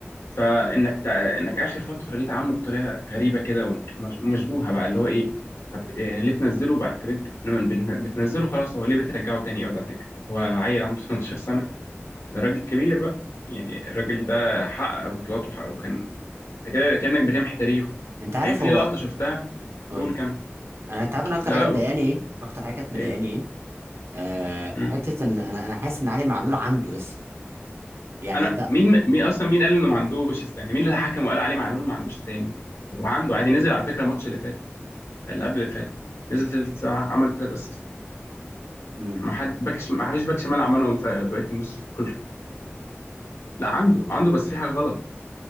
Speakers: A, on the left; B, on the right.
A: فانك
B: امم
A: تع... انك اخر فتره ليه تعامله بطريقه غريبه كده ومش- ومشبوهه بقى اللي هو ايه طب إيه ليه تنزله بقى طب انت بتن- بتن- بتنزله خلاص هو ليه بترجعه تاني يقعد على الدكه هو عيل عنده 18 سنه ده راجل كبير بقى يعني الراجل ده حقق بطولات وحقق وكان انت كده كانك بتمحي تاريخه
B: انت عارف
A: بعدين في
B: هو
A: لقطه شفتها
B: قول
A: قول
B: لي
A: كم
B: انا انت عارف انا اكتر
A: لا
B: حاجه
A: لا
B: مضايقاني
A: قول
B: ايه اكتر حاجه كانت مضايقاني
A: ايه
B: ايه آه
A: مم.
B: حته ان انا انا حاسس ان علي معلول عنده لسه يعني
A: انا مين مين اصلا مين قال انه ما عندوش است- يعني مين اللي حكم وقال عليه معلول ما عندوش تاني هو عنده عادي نزل على فكره الماتش اللي فات اللي قبل اللي فات نزل تلت ساعه عمل تلت اسيست
B: ده
A: ما حد باك شم- ما فيش باك شمال عملهم في بقيه الموسم كله لا عنده عنده بس في حاجه غلط